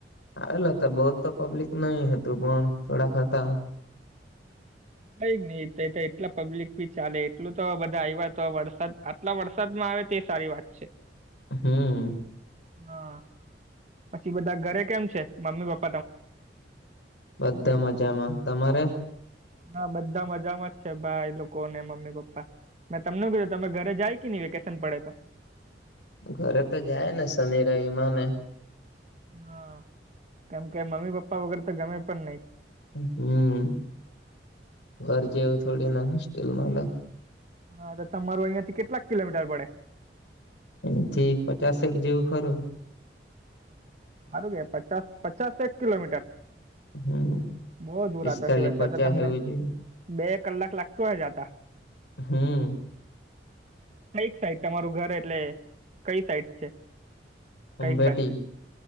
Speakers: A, on the left; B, on the right.
A: એલે તો બહુ તો પબ્લિક નહી હતું પણ થોડાક હતા.
B: કઈ નઈ તે તો એટલા પબ્લિક ભી ચાલે એટલું તો બધા આયવા તો વરસાદ આટલા વરસાદમાં આવે તે સારી વાત છે.
A: હમ
B: હા પછી બધા ઘરે કેમ છે મમ્મી પપ્પ
A: બધા મજામાં. તમારે?
B: હા બધા મજામાં જ છે ભાઈ લોકોને મમ્મી પપ્પા મેં તમને હું કીધું તમે ઘરે જાઈ. કીની વેકેશન પડે તો.
A: ઘરે તો જાયને શનિ રવિ માંને.
B: હહ કેમ કે મમ્મી પપ્પા વગર તો ગમે પણ નહી.
A: હમ ઘર જેવું થોડી ના હોસ્ટેલ મલે.
B: હા તો તમારું અહિયાંથી કેટલાક કિલોમીટર પડે?
A: અહીંથી પચાસેક જેવું ખરું.
B: હારુ કેવાય પચાસ પચાસેક કિલોમીટર?
A: હમ
B: બોવ દૂર
A: પિસ્તાલી
B: આતો કેવાય
A: પચાસ
B: તો તો તમને
A: એવું જેવું
B: બે કલાક લાગતું હે જાતા.
A: હમ
B: કંઈક સાઈડ તમારું ઘર એટલે કઈ સાઈડ છે? કઈક
A: ઉમભેટી.
B: બાજુ